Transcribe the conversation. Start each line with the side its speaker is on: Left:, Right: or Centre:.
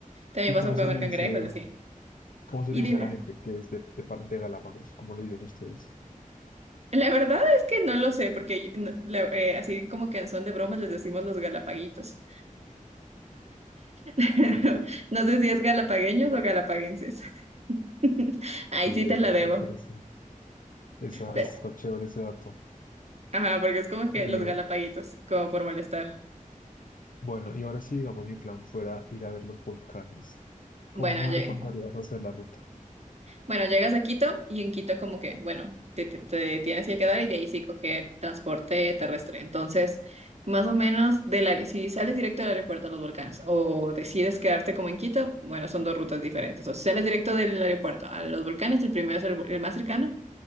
Right: También
Left: ¿y
Right: vas
Left: cómo
Right: a comer
Left: se le
Right: cangrejos,
Left: dice,
Right: así.
Left: cómo se
Right: Y
Left: le
Right: dime.
Left: dice a la gente que es de, de, Pal- de Galápagos? ¿Cómo le dicen ustedes?
Right: La verdad es que no lo sé, porque yo- no- la- eh, así como que en son de bromas les decimos los galapaguitos. <laughs> No sé si es galapagueños o galapaguenses. <laughs> Ahí
Left: Sí,
Right: sí te
Left: eso
Right: la
Left: está
Right: debo.
Left: interesante. Esa,
Right: Pe-
Left: está chévere ese dato.
Right: Ajá, porque es como que
Left: Y
Right: los galapaguitos, como por molestar.
Left: bueno, y ahora sí, digamos, mi plan fuera ir a ver los volcanes. ¿Cómo
Right: Bueno, oye,
Left: me recomendarías hacer la ruta?
Right: Bueno, llegas a Quito y en Quito como que, bueno, te, te- te tienes que quedar y de ahí sí coger transporte terrestre. Entonces, más o menos, de la, si sales directo del aeropuerto a los Volcanes o decides quedarte como en Quito, bueno, son dos rutas diferentes. O si sales directo del aeropuerto a los Volcanes, el primero es el, el más cercano,